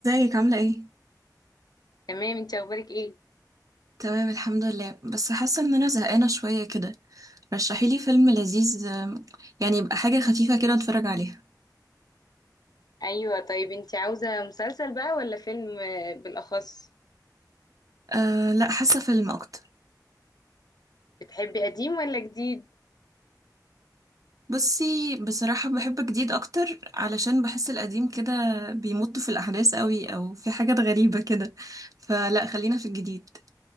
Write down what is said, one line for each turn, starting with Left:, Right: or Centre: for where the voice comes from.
Right: ازيك عاملة ايه؟
Left: تمام انت اخبارك ايه
Right: تمام الحمد لله بس حاسة ان انا زهقانة شوية كده رشحيلي فيلم لذيذ آم، يعني يبقى حاجة خفيفة كده اتفرج عليها
Left: ايوه طيب انت عاوزه مسلسل بقى ولا فيلم آه، بالاخص
Right: أه لا حاسة فيلم اكتر
Left: بتحبي قديم ولا جديد
Right: بصي بصراحة بحب جديد اكتر علشان بحس القديم كده بيمط في الاحداث قوي او في حاجات غريبة كده فلا خلينا في الجديد